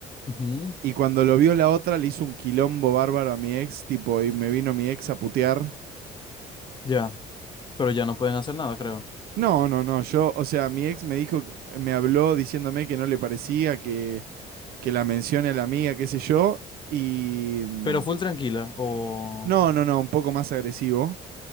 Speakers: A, on the left; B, on the right.
A: Ujú,
B: y cuando lo vio la otra le hizo un quilombo bárbaro a mi ex, tipo, y me vino mi ex a putear.
A: Ya, pero ya no pueden hacer nada, creo.
B: No, no, no, yo, o sea, mi ex me dijo, me habló diciéndome que no le parecía que, que la mencione a la amiga, qué sé yo, y... mm,
A: Pero full tranquila, o...
B: No, no, no, un poco más agresivo.